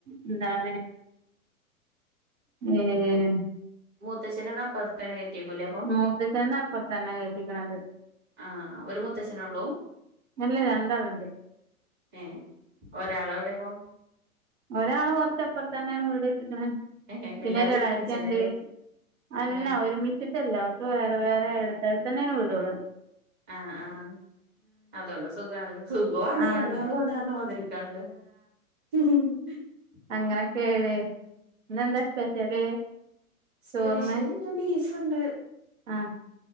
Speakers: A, on the right; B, on the right.
A: എന്താല ഏ <unintelligible>
B: മൂത്തച്ഛനെയൊക്കെ അപ്പറത്ത് തന്നെ കേറ്റിയക്കൂ അപ്പൊ-
A: മൂത്തച്ചനെ അപ്പറത് തന്നെയാ കെറ്റിയേക്കണത്
B: ആഹ് ഒരു മുത്തച്ചനെ ഉള്ളൂ
A: അല്ല രണ്ടെണ്ണം ഇണ്ട്
B: ഏയ് ഒരാള് എവിടെയാ അപ്പൊ
A: ഒരാള് കൊറച്ച് അപ്പറത്ത് തന്നെയാണ് വീട് വെച്ചിരിക്കണേ
B: ഏഹ്
A: പിന്നെ
B: എല്ലാരും
A: ഒരു ഇളയച്ഛൻ
B: ഒരുമിച്ചന്നെല്ലേ
A: ഉണ്ട് അല്ല
B: ഏഹ്
A: ഒരുമിച്ച് - ഒരുമിച്ചല്ല ഒക്കെ വേറെ വേറെ എടുത്തടുത്ത് തന്നെയാണ് വീട് ഉള്ളത്
B: ആഹ് ആഹ് അതുകൊണ്ട് സുഖ സുഖുംമാണ്
A: ആഹ്
B: എടങ്ങയറും കഞ്ഞ മാതിക്കാ <unintelligible> ണ് ല്ല <unintelligible>
A: അങ്ങനൊക്കെ ഇന്ന് എന്താ സ്പെഷ്യല്
B: സ്പെഷ്യല്
A: ചോറിന്
B: ഇന്ന് ബീഫുണ്ട്
A: ആഹ്